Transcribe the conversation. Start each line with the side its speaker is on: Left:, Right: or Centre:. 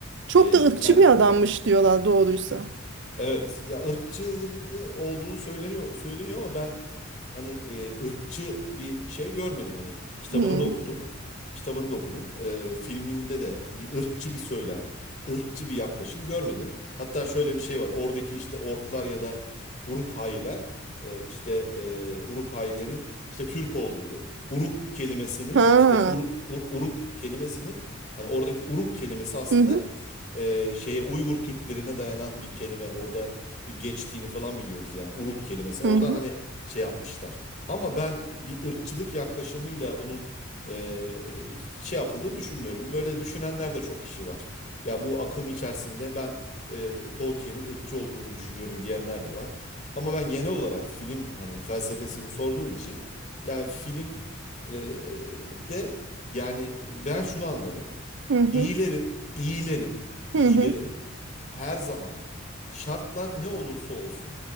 Right: Çok
Left: Ee,
Right: da ırkçı
Left: yani
Right: bir adammış diyorlar doğruysa.
Left: Evet ya ırkçılığını olduğunu söyleniyor söyleniyor ama ben hani e, ırkçı bir şey görmedim. Hani kitabını
Right: Hı.
Left: da okudum. Kitabını da okudum. E, filminde de bir ırkçı bir söylem, ırkçı bir yaklaşım görmedim. Hatta şöyle bir şey var. Oradaki işte orklar ya da Uruk-hailer e, işte e, Uruk-hailerin işte Türk olduğu, Uruk kelimesinin
Right: Ha.
Left: işte Ur- Ur- Uruk kelimesinin hani oradaki Uruk kelimesi aslında
Right: Hı hı.
Left: e, şeye Uygur Türklerine dayanan bir kelime orada geçtiğini falan biliyoruz yani Uruk kelimesi. Oradan
Right: Hı hı.
Left: hani şey yapmışlar. Ama ben bir ırkçılık yaklaşımıyla onun e, şey yapıldığını düşünmüyorum. Böyle düşünenler de çok kişi var. Ya bu akım içerisinde ben e, Tolkien'in ırkçı olduğunu düşünüyorum diyenler de var. Ama ben genel olarak film hani felsefesini sorduğun için yani film e, de yani ben şunu anladım.
Right: Hı hı.
Left: İyilerin, iyilerin, iyilerin
Right: Hı hı.
Left: her zaman şartlar ne olursa olsun.